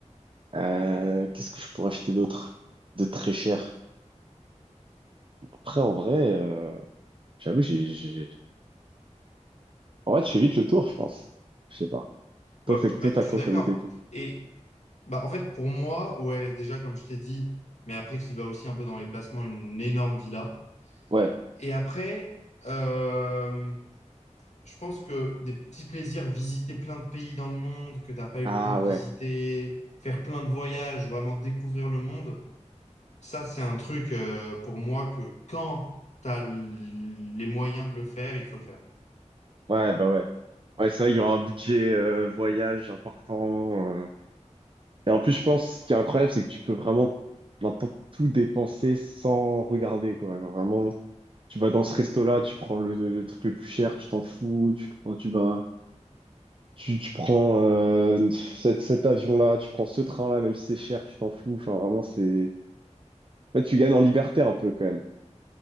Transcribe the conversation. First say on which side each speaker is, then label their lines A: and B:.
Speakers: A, on the right; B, on the left.
A: Euh, qu'est-ce que je pourrais acheter d'autre de très cher? Après en vrai. euh, J'avoue, j'ai, j'ai- En vrai, tu fais vite le tour, je pense. je sais pas. Toi,
B: ouais,
A: c'est, toi,
B: ouais,
A: t'as
B: je suis
A: quoi
B: d'accord.
A: comme idée, toi?
B: Et bah, en fait, pour moi, ouais, déjà, comme je t'ai dit, mais après, qui va aussi un peu dans les placements, une énorme villa.
A: Ouais.
B: Et après, euh, je pense que des petits plaisirs, visiter plein de pays dans le monde que t'as pas eu
A: Ah,
B: le temps de
A: ouais.
B: visiter, faire plein de voyages, vraiment découvrir le monde, ça, c'est un truc, euh, pour moi, que quand t'as l- les moyens de le faire, il faut le faire.
A: Ouais, bah ouais. Ouais, ça, il y aura un budget euh, voyage important. euh. Et en plus, je pense, ce qui est incroyable, c'est que tu peux vraiment maintenant tout dépenser sans regarder, quoi. Alors, vraiment, tu vas dans ce resto-là, tu prends le, le truc le plus cher, tu t'en fous, tu prends, tu vas, tu, tu prends euh, cet, cet avion-là, tu prends ce train-là, même si c'est cher, tu t'en fous. Enfin, vraiment, c'est... En fait, tu gagnes en liberté un peu, quand même.